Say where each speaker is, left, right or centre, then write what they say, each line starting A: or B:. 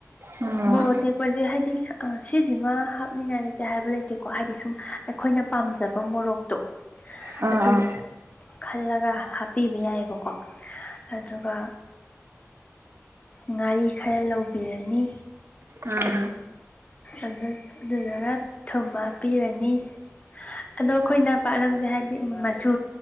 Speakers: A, on the right; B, on the left.
A: ꯑꯥ
B: ꯃꯣꯔꯣꯛ ꯇꯦꯛꯄꯁꯦ ꯍꯥꯏꯗꯤ ꯁꯤꯁꯤꯃ ꯍꯥꯞꯅꯤꯡꯉꯥꯏ ꯂꯩꯇꯦ ꯍꯥꯏꯕ ꯂꯩꯇꯦꯀꯣ ꯍꯥꯏꯗꯤ ꯁꯨꯝ ꯑꯩꯈꯣꯏꯅ ꯄꯥꯝꯖꯕ ꯃꯣꯔꯣꯛꯇꯣ
A: ꯑꯥ
B: ꯑꯗꯨ ꯈꯜꯂꯒ ꯍꯥꯞꯄꯤꯕ ꯌꯥꯏꯑꯕꯀꯣ ꯑꯗꯨꯒ ꯉꯥꯔꯤ ꯈꯔ ꯂꯧꯕꯤꯔꯅꯤ
A: ꯑꯥ
B: ꯑꯗꯨꯗꯨꯒ ꯊꯨꯝ ꯍꯥꯞꯄꯤꯔꯅꯤ ꯑꯗꯣ ꯑꯩꯈꯣꯏꯅ ꯄꯥꯠꯂꯝꯁꯦ ꯍꯥꯏꯕꯗꯤ ꯃꯆꯨ